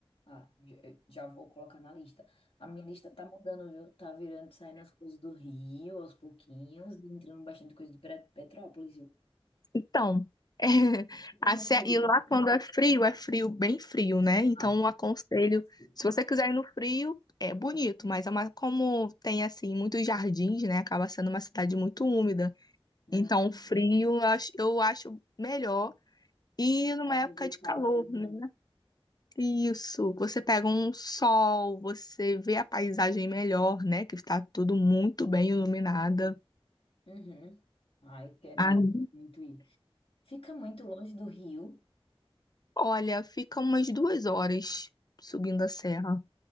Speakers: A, on the left; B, on the left.
A: Ah, já, já vou colocar na lista. A minha lista tá mudando, viu? Tá virando, saindo as coisas do Rio aos pouquinhos, e entrando bastante coisa de Pre- Petrópolis, viu?
B: Então, <laughs> é,
A: Fica
B: a
A: muito
B: se- e
A: longe.
B: lá quando é frio, é frio, bem frio, né? Então,
A: Ah,
B: eu aconselho,
A: perfeito.
B: se você quiser ir no frio, é bonito, mas é uma- como tem assim muitos jardins, né? Acaba sendo uma cidade muito úmida.
A: Hum,
B: Então, o frio eu acho, eu acho melhor. E numa
A: pra Aproveitar
B: época de calor,
A: o clima.
B: né?
A: né?
B: Isso, você pega um sol, você vê a paisagem melhor, né? Que está tudo muito bem iluminada.
A: uhum. Ah, eu quero
B: Ai,
A: ir, muito ir. Fica muito longe do Rio.
B: olha, fica umas duas horas subindo a serra.